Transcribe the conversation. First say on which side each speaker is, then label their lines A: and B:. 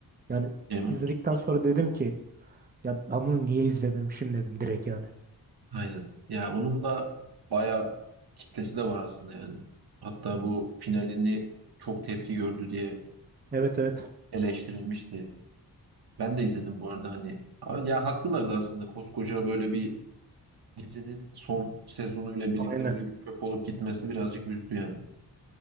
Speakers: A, on the right; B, on the right.
A: Yani
B: Game of
A: izledikten
B: Thrones.
A: sonra dedim ki ya ben bunu niye izlememişim dedim direkt yani.
B: Aynen. Ya onun da bayağı kitlesi de var aslında yani. Hatta bu finalini çok tepki gördü diye
A: Evet evet.
B: eleştirilmişti. Ben de izledim bu arada hani. Aa, Ya haklılardı aslında koskoca böyle bir dizinin son sezonuyla birlikte
A: Aynen.
B: böyle bir çöp olup gitmesi birazcık üzdü yani.